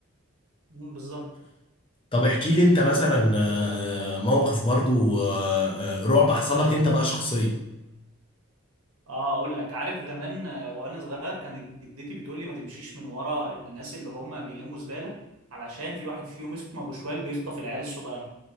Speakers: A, on the right; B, on the left.
A: مم، بالظبط
B: طب احكي لي انت مثلا آه موقف برضو آه آه، رعب حصل لك انت بقى شخصيا
A: اه اقول لك عارف زمان آه، وانا صغير كانت جدتي بتقول لي ما تمشيش من ورا الناس اللي هم بيلموا زباله علشان في واحد فيهم اسمه ابو شوال بيخطف العيال الصغيره